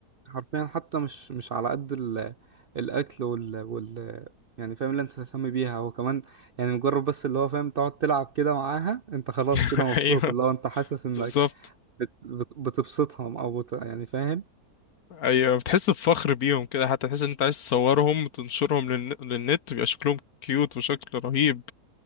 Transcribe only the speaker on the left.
<laughs>
ايوه
بالظبط
ايوه بتحس بفخر بيهم كده حتى تحس ان انت عايز تصورهم وتنشرهم للن- للنت بيبقى شكلهم كيوت وشكل رهيب